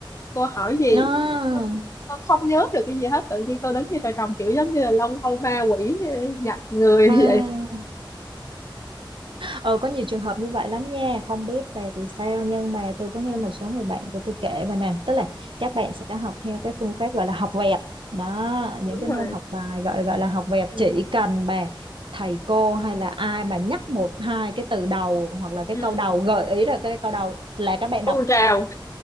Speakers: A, on the left; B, on the right.
A: cô hỏi gì
B: À,
A: tôi, tôi không nhớ được cái gì hết tự nhiên tôi đứng như trời trồng kiểu giống như là lâu lâu ma quỷ ờ, nhập người
B: à
A: <laughs> vậy
B: Ờ, có nhiều trường hợp như vậy lắm nha không biết về thì sao nhưng mà tôi có nghe
A: ừ,
B: một số người bạn của tôi kể mà nè tức là các bạn sẽ học theo cái phương pháp gọi là học vẹt đó
A: ừ,
B: những
A: đúng
B: cái
A: rồi
B: môn học bài gọi gọi là học vẹt
A: ừ,
B: chỉ cần mà thầy cô hay là ai mà nhắc một hai
A: ừ,
B: cái từ đầu hoặc là cái
A: ừ.
B: câu đầu gợi ý là cái câu đầu là các bạn
A: tuôn
B: đọc
A: trào